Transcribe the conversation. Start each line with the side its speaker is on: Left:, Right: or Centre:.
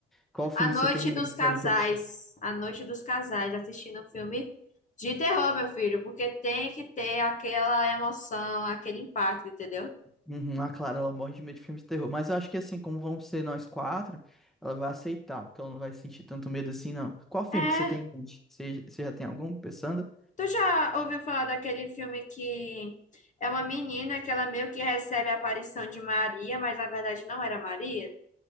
Centre: Qual filme
Left: A Noite
Centre: você tem em
Left: dos
Centre: mente
Left: Casais.
Centre: pra gente assistir?
Left: A Noite dos Casais, assistindo um filme de terror, meu filho, porque tem que ter aquela emoção, aquele impacto, entendeu?
Centre: Uhum, a Clara, ela morre de medo de filmes de terror, mas eu acho que assim, como vamos ser nós quatro, ela vai aceitar, porque ela não vai sentir tanto medo assim, não. Qual filme
Left: É,
Centre: que você tem em mente? Você, você já tem algum pensando?
Left: Tu já ouviu falar daquele filme que é uma menina que ela meio que recebe a aparição de Maria, mas na verdade não era Maria?